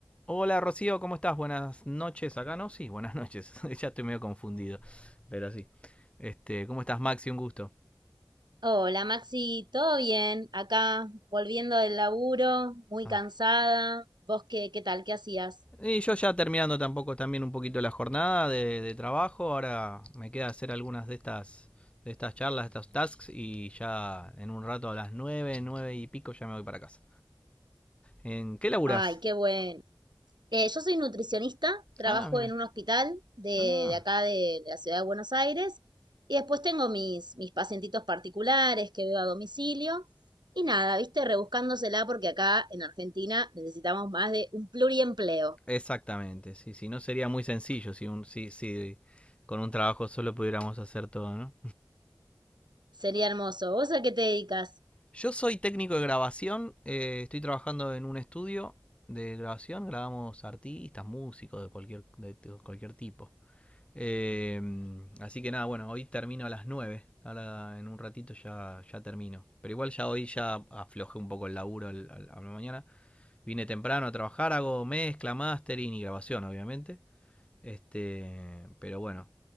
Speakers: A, on the left; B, on the right.
A: Hola Rocío, ¿cómo estás? Buenas noches. Acá no, sí, buenas noches. <laughs> ya estoy medio confundido, pero sí. Este, ¿Cómo estás Maxi? Un gusto.
B: Hola Maxi, ¿todo bien? Acá volviendo del laburo, muy
A: Ah.
B: cansada. ¿Vos qué, qué tal? ¿Qué hacías?
A: Y yo ya terminando tampoco también un poquito la jornada de, de trabajo. Ahora me queda hacer algunas de estas, de estas charlas, de estos tasks y ya en un rato a las nueve, nueve y pico ya me voy para casa. ¿En qué laburás?
B: Ay, qué bueno. Eh, yo soy nutricionista, trabajo
A: Ah, mira.
B: en un hospital de,
A: Ah,
B: de acá de, de la ciudad de Buenos Aires y después tengo mis, mis pacientitos particulares que veo a domicilio y nada, viste, rebuscándosela porque acá en Argentina necesitamos más de un pluriempleo.
A: exactamente. Sí, sí, no sería muy sencillo si, un, si, si con un trabajo solo pudiéramos hacer todo, ¿no?
B: Sería hermoso. ¿Vos a qué te dedicas?
A: Yo soy técnico de grabación, eh, estoy trabajando en un estudio de grabación, grabamos artistas, músicos de cualquier, de cualquier tipo. Eh, así que nada, bueno, hoy termino a las 9. ahora en un ratito ya, ya termino. Pero igual ya hoy ya aflojé un poco el laburo a la mañana. Vine temprano a trabajar, hago mezcla, mastering y grabación, obviamente. Este, pero bueno,